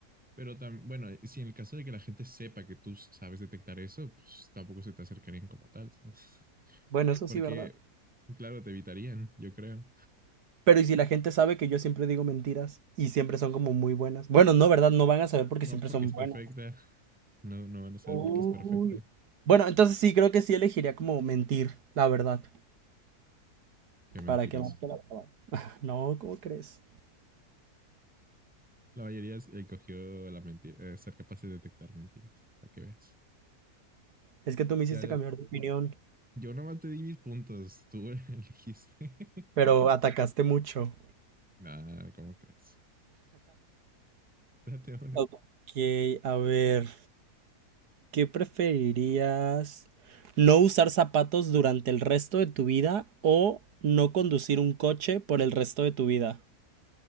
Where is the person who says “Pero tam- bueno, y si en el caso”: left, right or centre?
Centre